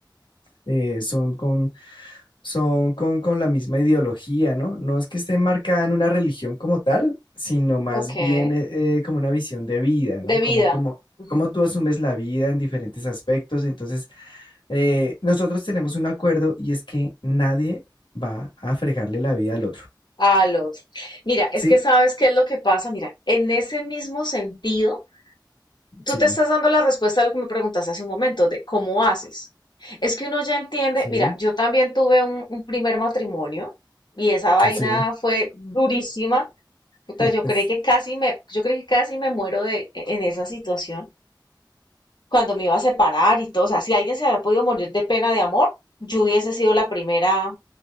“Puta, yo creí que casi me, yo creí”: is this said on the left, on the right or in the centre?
Left